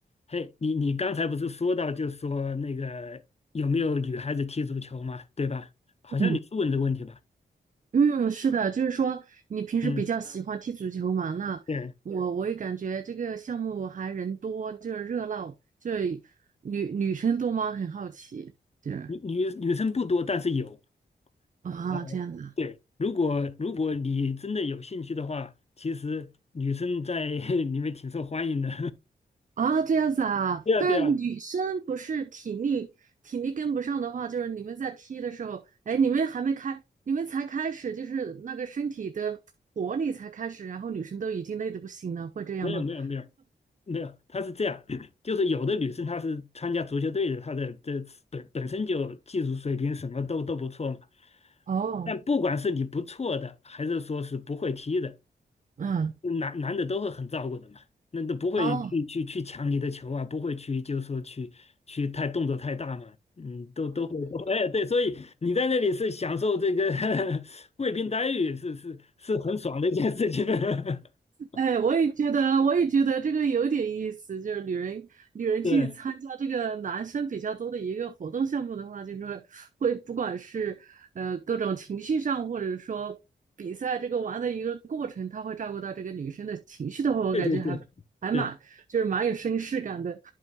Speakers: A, on the left; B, on the right.
A: 嘿，你你刚才不是说到，就说那个有没有女孩子踢足球嘛，对吧？好像你是问这个问题吧？
B: 嗯嗯，是的，就是说你平时比较喜欢踢足球嘛？
A: 嗯，
B: 那我我也感觉这个项目还人多，
A: 对，
B: 就是热闹，就是女女生多吗？很好奇，就是
A: 女女女生不多，但是有。
B: 啊这样子啊
A: 哦，对，如果如果你真的有兴趣的话，其实女生在 <laughs> 里面挺受欢迎的。
B: 啊这样子啊。
A: <laughs> 对呀，
B: 但是女生不是体力体力跟不上的话，
A: 对呀，
B: 就是你们在踢的时候，哎，你们还没开，你们才开始，就是那个身体的活力才开始，然后女生都已经累得不行了，会这样吗？
A: 没有没有没有，没有，他是这样，<coughs> <clears throat> 就是有的女生她是参加足球队的，她的这本本身就技术水平什么都都不错嘛。
B: 哦，
A: 但不管是你不错的，还是说是不会踢的，
B: 嗯，
A: 男男的都会很照顾的嘛。那都不会去去去抢你的球啊，
B: 哦。
A: 不会去就是说去去太动作太大嘛，嗯，都都会，都会 <laughs> 哎，对，所以你在那里是享受这个 <laughs> 贵宾待遇，是是是很爽的一件事情。<laughs>
B: 哎，我也觉得，我也觉得这个有点意思。就是女人，女人去参加这个男生比较多的一个活动项目的话，
A: 对
B: 就是会会不管是呃各种情绪上，或者说比赛这个玩的一个过程，他会照顾到这个女生的情绪的话，我感觉还还蛮就是蛮有绅士感的。
A: 对对对对。